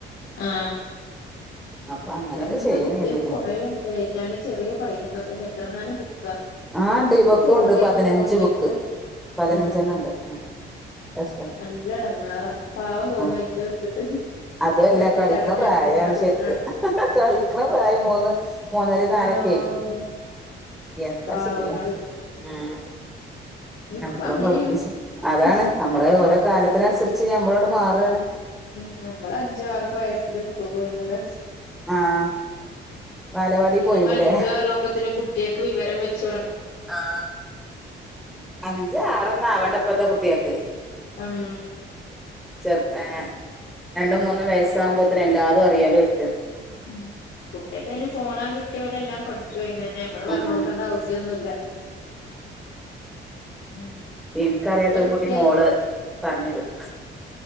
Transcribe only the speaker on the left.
ആ
എന്താ
കുട്ടികേക്ക്‌
കൊറേണ്ട് ചെറിയ പൈതങ്ങക്ക്‌ തന്നെ എത്രങ്ങാനം ബു ക്ക
ഈ തോണ്ടായിറ്റ്
പോണ്ടായിറ്റോ
ആ
നല്ല ഇടങ്ങാറാ പാവം തോന്നാ
ഇട്ടിട്ട്
തട്ടി
തടഞ്ഞ
അങ്ങനെ പോകാന
ആഹ്
പാവങ്ങള്
ഇപ്പ അങ്ങനെയാണ്
ഉം
ഉം നമ്മള് അഞ്ചു ആറൊക്കെ വയസ്സില് പോയിരുന്നത്
ഇന്നപ്പോ
അഞ്ചു ആറും ആവുമ്പത്തിനും കുട്ടിയൊക്ക് വിവരം വെച്ച ചൊരങ്ങ്
ഉം
ഉം കുട്ടിയക്ക് അയിന് ഫോണാ കിട്ടിയ ഓലെല്ലാം പടിച്ചു തന്നെ നമ്മള് പറഞ്ഞ
കൊടുക്കണ്ട അവസ്യോ ഒന്നുല്ല ഉം
എന്റെ കുട്ടിയെ